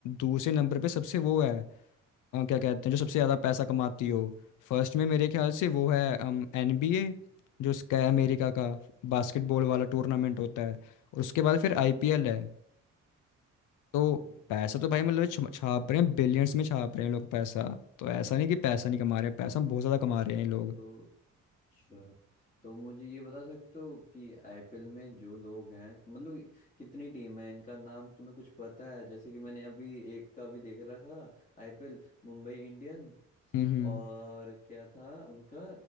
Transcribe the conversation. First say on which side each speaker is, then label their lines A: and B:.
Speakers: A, on the left; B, on the left.
A: दूसरे नंबर पे सबसे वो है अ, क्या कहते हैं जो सबसे ज़्यादा पैसा कमाती हो फर्स्ट में मेरे ख्याल से वो है एन बी ए जो उसका है अमेरिका का बास्केटबॉल वाला टूर्नामेंट होता है और उसके बाद फिर आई पी
B: हाँ
A: एल है तो
B: हम्म,
A: पैसा तो भाई मतलब छ- छाप रहे हैं बिलियंस में छाप रहे हैं लोग पैसा तो ऐसा नहीं कि पैसा नहीं कमा रहे हैं पैसा बहुत ज़्यादा कमा रहे हैं ये लोग
B: तो अच्छा तो मुझे ये बता सकते हो कि आईपीएल में जो लोग हैं कि मतलब कि- कितनी टीम है इनका नाम तुम्हें कुछ पता है जैसे कि मैंने अभी एक का भी देख रहा था आईपीएल मुंबई इंडियंस
A: हम्म हम्म
B: और क्या था उनका